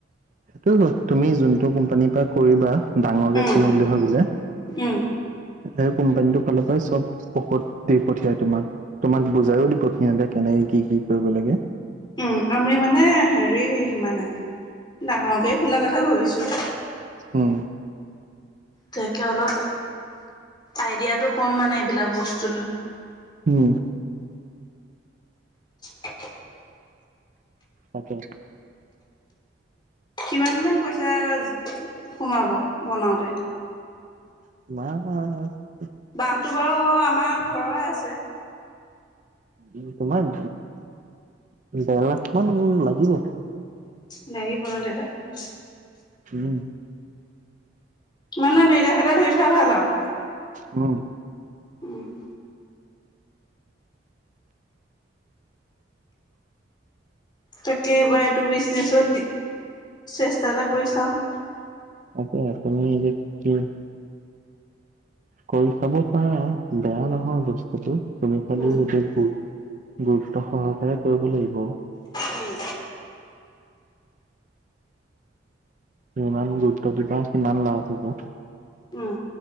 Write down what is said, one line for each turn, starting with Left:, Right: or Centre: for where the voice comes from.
Right: সেইটোয়ে ক তুমি যোনটো কোম্পানীৰ পৰা কৰিবা। ডাঙৰকে
Left: উম
Right: খুলো বুলি ভাবিলে,
Left: উম
Right: স কোম্পানীটোৰ ফালৰ পৰাই চব, ঔষধ দি পঠিয়াই তোমাক, তোমাক বুজাইও দিব সিহঁতে কেনেকে কি কি কি কৰিব লাগে।
Left: উম আমি মানে হেৰি মানে, ডাঙৰকে খোলা কথা ভাবিছো।
Right: আহ।
Left: তাকে অলপ আইডিয়াটো কম মানে এইবিলাক বস্তু লৈ।
Right: উম।
Left: <unintelligible>
Right: অাকে।
Left: কিমান মান পইচা সোমাব, বনাওতে।
Right: <unintelligible>
Left: বহটো বাৰু আমাৰ ঘৰৰে আছে।
Right: উ তোমাৰ, ডহ লাখ মান লাগিব।
Left: <unintelligible>
Right: উম।
Left: মানে দুইলাখ এটাত ধৰি থোৱা ভাল আৰু।
Right: উম।
Left: উম, তাকে এইবাৰ এইটো বিজনেছত দি চেষ্টা এটা কৰি চাওঁ।
Right: তাকে তুমি যি কৰি চাব পাৰা বেয়া নহয় বস্তুটো, তুমি খালি
Left: উম,
Right: সৈতে ভুল গুৰুত্ব সহকাৰে কৰিব লাগিব।
Left: উম,
Right: ইমান গুৰুত্ব দিবা সিমান লাভ হব।
Left: উম,